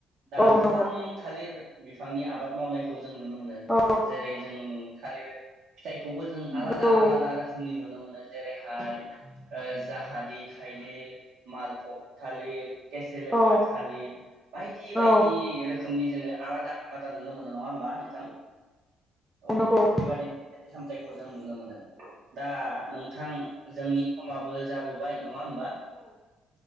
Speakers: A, on the right (about 60°); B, in the centre.
A: दा
B: औ
A: गोबां
B: नंगौ
A: थालिर बिफांनि आबाद मावनायखौ जों जों नुनो मोनो
B: औ
A: जेरै जों थालिर फिथाइखौबो जों
B: नंगौ
A: आलादा आलादा रोखोमनि नुनो मोनो नो जेरैहाय ओ जाहादि थाइलिर मालफक थालिर केसेलो
B: औ
A: पाथालिर बायदि बायदि
B: औ
A: रोखो खोमनि जोङो आलादा आलादा नुनो मोनो नङा होनबा नोंथां औ
B: नंगौ
A: बेबादि फिथाइ-सामथाइ खौ जों नुनो मोनो दा नों थां जोंनि समाबो जाबो बाय नङा होमबा